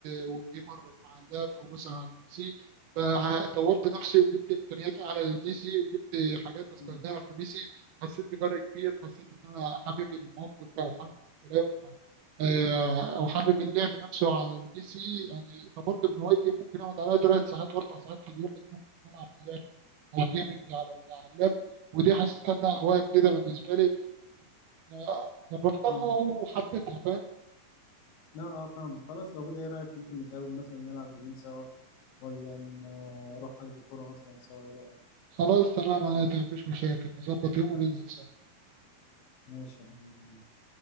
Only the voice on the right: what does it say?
آه، والجيمر مع اللاب او مثلا على البي سي فطورت نفسي وجبت امكانياتي على البي سي وجبت حاجات استخدمها
في البي سي حسيت بفرق كبير حسيت ان انا حابب الموقف او حابب الكلام آه، او حابب اللعب نفسه على البي سي يعني طورت من هوايتي ممكن اقعد عليها ثلاث ساعات واربع ساعات في اليوم لان أنا ممكن العب لعب او جيمنج على ال- على اللاب ودي حسيت انها هوايه جديده بالنسبه لي أنا جربتها
وحبيتها فاهم
خلاص تمام عادي مفيش مشاكل نظبط يوم وننزل